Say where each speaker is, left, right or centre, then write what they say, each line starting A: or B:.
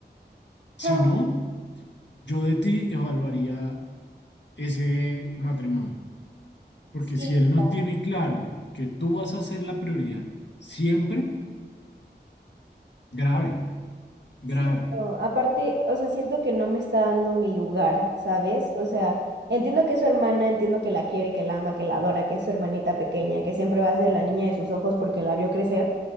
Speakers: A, on the left (about 85°); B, on the right (about 75°).
A: Si
B: Ah,
A: no, yo de ti evaluaría ese matrimonio. Porque
B: sí.
A: si él no tiene claro que tú vas a ser la prioridad siempre, grave, grave.
B: Sí, no, aparte, o sea, siento que no me está dando mi lugar, ¿sabes? O sea, entiendo que es su hermana, entiendo que la quiere, que la ama, que la adora, que es su hermanita pequeña, que siempre va a ser la niña de sus ojos porque la vio crecer,